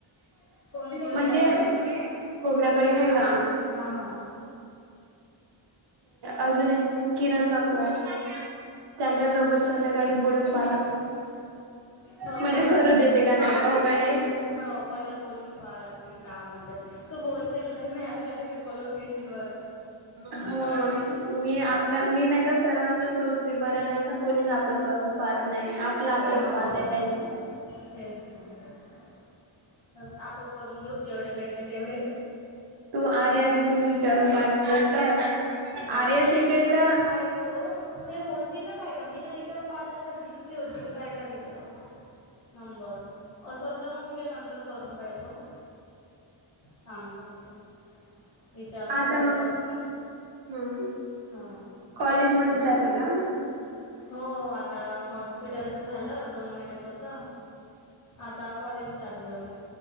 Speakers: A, on the left; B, on the right.
A: कोणती वाली
B: म्हणजे
A: अचल ताई
B: खोबर गळी नाही का
A: हा हा
B: अजून एक किरण काकू आहे त्यांच्यासोबत संध्याकाळी बोलून पाहाला
A: हो
B: म्हणजे करू देते का नाहीय का हो का नाही
A: हो पहिलं बोलून पहा लागते ना का म्हणतात तू बोलशील म्यासाठी मी बोलून घेशील बरं
B: हो मी आपल्या मी नाही का सर्वांच सोचली बऱ्या नाही का कोणीच आपलं पाहत नाही आपलं आपल
A: हो
B: पाहत आहे त्यांनी
A: तेच तर आपण करून घेऊ जेवढे भेटले तेवढे
B: तू आरे आली त मी विचारून पाजे नंतर
A: हो
B: आर्याच्या
A: पहिलं
B: इकडे
A: ग्रुपमध्ये
B: तर
A: काय तर ते होती का काय का मी ना इकडं पाहिलं तर मग दिसली होती का काय का तिचं, नंबर, असल तर मग तिला नंतर करून पाहितो. सांगतो तिले, विचारतो
B: आता
A: करू
B: मग
A: का म्हणून.
B: हम्म
A: हा
B: कॉलेजमधी चांली का?
A: हो आता हॉस्पिटलच झालं दोन महिन्याच होत, आता कॉलेज चालू. होय